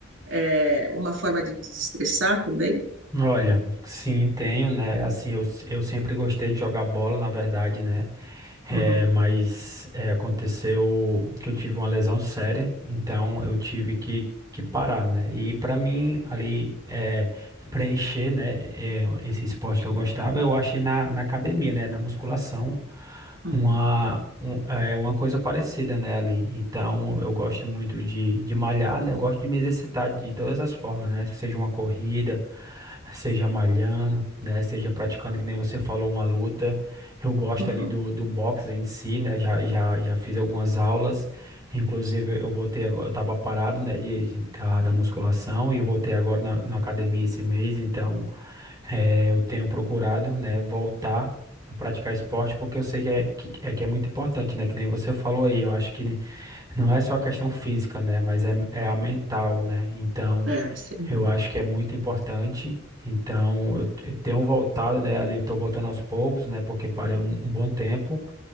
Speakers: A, on the right; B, on the right.
A: é, uma forma de desestressar também?
B: Olha, sim, tenho, né? Assim, eu, eu sempre gostei de jogar bola, na verdade, né? É,
A: Uhum,
B: mas é, aconteceu que eu tive uma lesão séria, então eu tive que, que parar, né? E pra mim, ali, é. preencher, né, é, esse esporte que eu gostava, eu achei na, na academia, né, na musculação,
A: uhum,
B: uma, um- é, uma coisa parecida, né, ali. Então, eu gosto muito de, de malhar, né, eu gosto de me exercitar de todas as formas, né, seja uma corrida, seja malhando, né, seja praticando, que nem você falou, uma luta. Eu gosto
A: uhum.
B: ali do, do boxe em si, né, já, já, já fiz algumas aulas. Inclusive, eu voltei agora, eu tava parado, né, de, de- da, da musculação e voltei agora na, na academia esse mês, então eh, eu tenho procurado, né, voltar a praticar esporte, porque eu sei que é, que, é que é muito importante, né, que nem você falou aí, eu acho que não é só a questão física, né, mas é, é a mental, né, então
A: É, sem dúvida.
B: eu acho que é muito importante, então eu, eu tenho voltado, né, ali eu tô voltando aos poucos, né, porque parei um um bom tempo,